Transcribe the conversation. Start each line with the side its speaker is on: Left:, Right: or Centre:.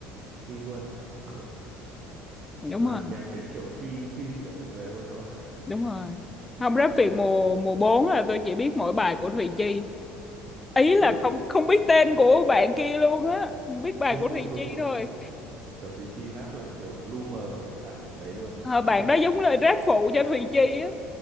Right: suy luôn <laughs> kiểu
Left: đúng
Right: làm
Left: rồi,
Right: nhạc đến kiểu suy suy dinh dưỡng cả người luôn đó
Left: đúng rồi. Không rap
Right: ừ.
Left: Việt mùa mùa 4 là tôi chỉ biết mỗi bài của Thùy Chi. Ý là
Right: đúng
Left: không không biết tên của bạn kia luôn á, biết bài
Right: đúng
Left: của Thùy
Right: đúng đúng
Left: Chi
Right: đúng
Left: thôi.
Right: kiểu Thùy Chi hát làm kiểu lu mờ cả cái bạn đấy luôn
Left: Ờ,
Right: nhỉ <laughs>
Left: bạn
Right: kiểu
Left: đó giống lời rap phụ cho Thùy Chi á.